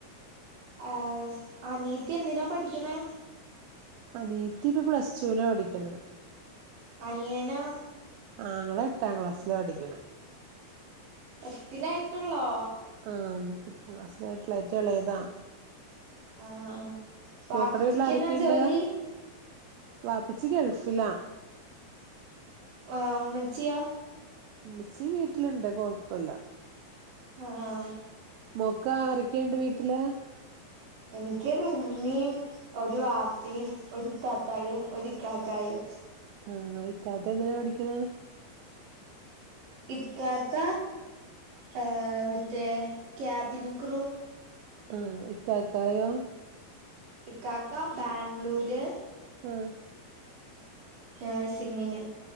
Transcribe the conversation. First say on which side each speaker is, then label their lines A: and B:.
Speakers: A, on the right; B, on the right.
A: ആഅനീത്തി എന്തിനാ പഠിക്കണേ?.
B: ആനീയത്തി ഇപ്പൊ പ്ലസ് ടൂ നാ പഠിക്കണ്.
A: അനിയനോ
B: ആങ്ങള എട്ടാം ക്ലാസ്സില് പഠിക്കണ്.
A: എട്ടിലായിട്ടുള്ളോ?.
B: അ'ഏട്ടാക്ലാസിലെയായിട്ടുള്ളു ഏറ്റവും ഇളയതാ.
A: ആണോ? വാപ്പിച്ചിക്കെനാ
B: മോക്കടെ വീട്ടിൽ ആരൊക്കെയുണ്ട്
A: ജോലി.
B: വാപ്പച്ചി ഗൾഫിലാ.
A: ഓ ഉമ്മച്ചിയോ?.
B: ഉമ്മച്ചി വീട്ടിലുണ്ട് കുഴപ്പില്ല.
A: ആഹ
B: മൊൾക്കരൊക്കെയുണ്ട് വീട്ടില്.
A: എനിക്കൊരു ഉമ്മീയും ഒരു വാപ്പിയും ഒരു ത ത്തായും ഒ ഇത്തതായും.
B: ആ ഇത്താത എന്തിനാ പഠിക്കണ്.
A: ഇത്താത്ത ആ മറ്റേ ക്യാബിൻ ക്രൂ.
B: ആ ഇക്കക്കായോ?.
A: ഇക്കാക്ക ബാംഗ്ലൂര്.
B: ആഹ
A: നഴ്സിംഗിന്.